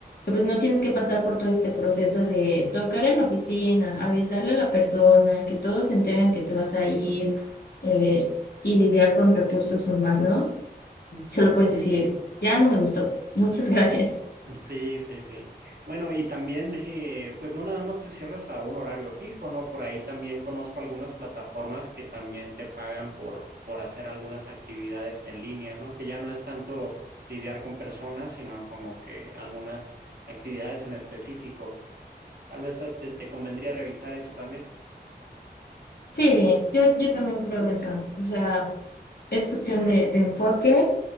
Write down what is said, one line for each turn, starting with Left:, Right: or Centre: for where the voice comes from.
Left: que pues no tienes que pasar por todo este proceso de tocar en la oficina, avisarle a la persona, que todos se enteren que te vas a ir eh, y lidiar con recursos humanos. Solo puedes decir, ya no me gustó. Muchas <laughs> gracias.
Right: Sí, sí, sí. Bueno, y también, eh, pues no nada más te cierres a un horario fijo, ¿no? Por ahí también conozco algunas plataformas que también te pagan por, por hacer algunas actividades en línea, ¿no? Que ya no es tanto lidiar con personas, sino como que algunas actividades en específico. Tal vez te, te convendría revisar eso también.
Left: Sí, yo, yo también creo eso. O sea, es cuestión de, de enfoque